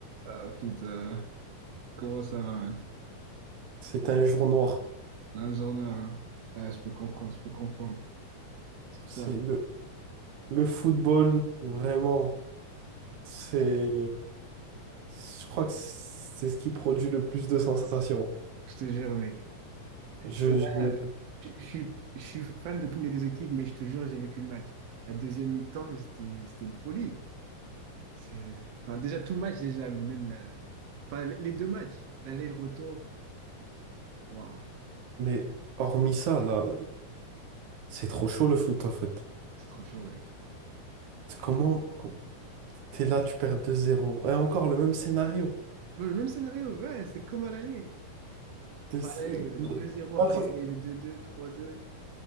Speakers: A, on the right; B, on the right.
A: Ah putain, comment ça va, mec?
B: C'est un jour noir.
A: Un journal, hein? Ah, je peux comprendre, je peux comprendre. Putain,
B: C'est le, le football, vraiment. C'est, je crois que c'est ce qui produit le plus de sensations.
A: je te jure, mec.
B: Je,
A: Et là,
B: je-
A: je, je suis, je suis fan d'aucune des deux équipes, mais je te jure, j'ai vécu le match. La deuxième mi-temps, mais c'était, c'était une folie. C'est, enfin, déjà, tout le match, déjà, mais même la- enfin, les deux matchs, l'aller et le retour. Waouh,
B: mais hormis ça, là, c'est trop chaud le foot en fait.
A: c'est trop chaud, mec.
B: Comment t'es là, tu perds deux zéro Et encore le même scénario.
A: Tu vois, Le même scénario, ouais, c'est comme à l'aller.
B: T'es-
A: Enfin, allez,
B: c'est-
A: deux zéro
B: Là,
A: après
B: ça-
A: égaliser deux 2 3-2,